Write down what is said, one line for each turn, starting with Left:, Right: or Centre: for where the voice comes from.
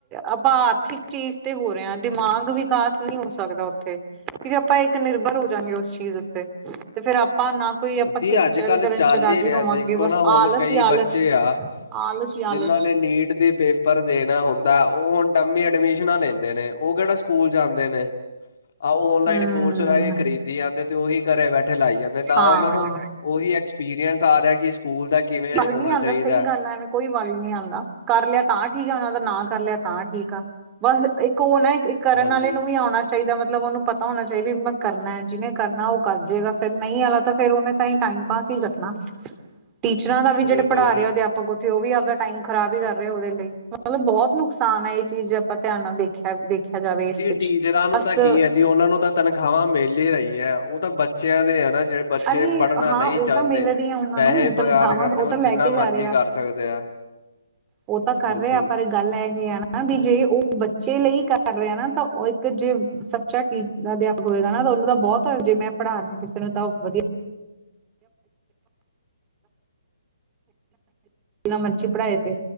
Right: ਆਪਾਂ ਆਰਥਿਕ ਚੀਜ਼ ਤੇ ਹੋ ਰਹੇ ਹਾਂ। ਦਿਮਾਗ ਵੀ ਵਿਕਾਸ ਨੀ ਹੋ ਸਕਦਾ ਉੱਥੇ ਕਿਂੳਕੀ ਆਪਾਂ ਇੱਕ ਨਿਰਭਰ ਹੋ ਜਾਂਗੇ ਉਸ ਚੀਜ਼ ਉੱਤੇ ਤੇ ਫੇਰ ਆਪਾਂ ਨਾ ਕੋਈ ਆਪਾਂ
Left: ਜੀ
Right: ਖੇਚਲ
Left: ਅੱਜ ਕੱਲ੍ਹ
Right: ਕਰਨ
Left: ਚੱਲ
Right: ਚ ਰਾਜੀ
Left: ਹੀ ਰਿਹਾ
Right: ਹੋਵਾਂਗੇ
Left: ਦੇਖੋ
Right: ਬਸ
Left: ਨਾ ਹੁਣ
Right: ਆਲਸ
Left: ਕਈ
Right: ਈ ਆਲਸ
Left: ਬੱਚੇ ਆ
Right: ਆਲਸੀ ਈ
Left: ਜਿਨ੍ਹਾਂ
Right: ਆਲਸ।
Left: ਨੇ ਨੀਟ ਦੇ ਪੇਪਰ ਦੇਨਾ ਹੁੰਦੈ ਉ ਹੁਨ ਡੰਮੀ ਅਐਡਮੀਸਨਾ ਲੈਂਦੇ ਨੇ। ਉ ਕੇੜਾ ਸਕੂਲ ਜਾਂਦੇ ਨੇ, ਆਹੋ ਓਨਲਾਈਨ
Right: ਹਮ
Left: ਕੋਰਸ ਵਹਿ ਕੇ ਖਰੀਦੀ ਜਾਂਦੇ ਨੇ। ਤੇ ਉਹੀ ਘਰੇ ਬੈਠੇ ਲਾਈ ਜਾਂਦੇ ਨੇ ਨਾਂ
Right: ਹਾਂ
Left: ਉਨਾਂ ਨੂੰ ਉਹੀ ਐਕਸਪੀਰੀਅੰਸ ਆ ਰਿਹਾ ਕਿ ਸਕੂਲ ਦਾ ਕਿਵੇਂ
Right: ਮੱਲ
Left: ਹੋਣਾ
Right: ਨੀ ਆਂਦਾ
Left: ਚਾਹੀਦਾ
Right: ਸਹੀ ਗੱਲ ਐਵੇਂ ਕੋਈ ਵੱਲ ਨੀ ਆਂਦਾ ਕਰ ਲਿਆ ਤਾਂ ਠੀਕ ਆ, ਉਨਾਂ ਦਾ ਨਾਂ ਕਰ ਲਿਆ, ਤਾਂ ਠੀਕ ਆ ਬਸ ਇੱਕ ਉ ਨਾ ਇਹ ਕਰਨ
Left: ਹਾਂਜੀ
Right: ਵਾਲੇ ਨੂੰ ਵੀ ਆਉਣਾ। ਚਾਈਦਾ ਮਤਲਬ ਉਨੂੰ ਪਤਾ ਹੋਨਾ ਚਾਈਦਾ ਵੀ ਮੈਂ ਕਰਨੈ, ਜਿਨੇ ਕਰਨਾ ਉ ਕਰ ਜੇਗਾ ਫਿਰ ਨਹੀਂ ਆਲਾ ਫਿਰ ਉਨੇ ਤਾਈ ਟਾਇਮ ਪਾਸ ਈ ਰਖਨਾ, ਟੀਚਰਾਂ ਦਾ ਵੀ ਜੇੜੇ
Left: ਬਿਲਕੁਲ
Right: ਪੜਾ
Left: ਜੀ
Right: ਰਏ ਆ ਅਧਿਪ ਅੱਗੋ ਕ ਤੋ ੳ ਵੀ ਆਪਦਾ ਟਾਈਮ ਖਰਾਬ ਈ ਕਰ ਰਏ ਉਦੇ ਲਈ, ਮਤਲਬ ਬੋਤ ਨੁਕਸਾਨ ਏ ਐ ਚੀਜ਼ ਆਪਾਂ ਧਿਆਨ ਨਾਲ ਦੇਖੀਏ। ਦੇਖਿਆ ਜਾਵੇ ਇਸ
Left: ਜੀ
Right: ਵਿੱਚ
Left: ਟੀਚਰਾਂ ਨੂੰ
Right: ਬਸ
Left: ਤਾਂ ਕੀ ਹੈ ਜੀ ਉਹਨਾਂ ਨੂੰ ਤਾਂ ਤਨਖਾਹਾਂ ਮਿਲ ਹੀ ਰਹੀਆਂ ਉਹ ਤਾਂ ਬੱਚਿਆਂ ਦੇ ਹੈ ਨਾ ਜਿਹੜੇ ਬੱਚੇ
Right: ਅਰੇ
Left: ਪੜ੍ਹਨਾ
Right: ਹਾਂ
Left: ਨਹੀਂ
Right: ਉ
Left: ਚਾਹੁੰਦੇ
Right: ਤਾਂ ਮਿਲ ਰੀ ਆ ਉਨਾਂ
Left: ਪੈਸੇ
Right: ਨੂੰ ਤਨ
Left: ਬਗਾਰ
Right: ਖਾਵੰਦ
Left: ਕਰਨੇ
Right: ਉ
Left: ਉਹ
Right: ਤਾਂ ਲੈ
Left: ਜਿੰਨਾ
Right: ਕੇ
Left: ਮਰਜ਼ੀ
Right: ਜਾ ਰੇ ਆ,
Left: ਕਰ ਸਕਦੇ ਆ
Right: ਉ ਤਾਂ ਕਰ
Left: ਬਿਲਕੁਲ
Right: ਰਏ ਆ ਪਰ ਗੱਲ ਐ ਆ ਨਾ ਵੀ ਜੇ ਉ ਬੱਚੇ ਲਈ ਕਰ ਰੇ ਨਾ ਤਾਂ ਉ ਇੱਕ ਜੇ ਸੱਚਾ ਕੀ ਅਧਿਆਪਕ ਹੋਏਗਾ ਨਾ ਤਾਂ ਉਨੂੰ ਤਾਂ ਬਹੁਤ ਜੇ ਮੈਂ ਪੜ੍ਹਾ ਰਿਹਾ। ਕਿਸੇ ਨੂੰ ਤਾਂ ਉ ਵਧੀਆ ਜਨਾ ਮਰਜੀ ਪੜ੍ਹਾਏ ਤੇ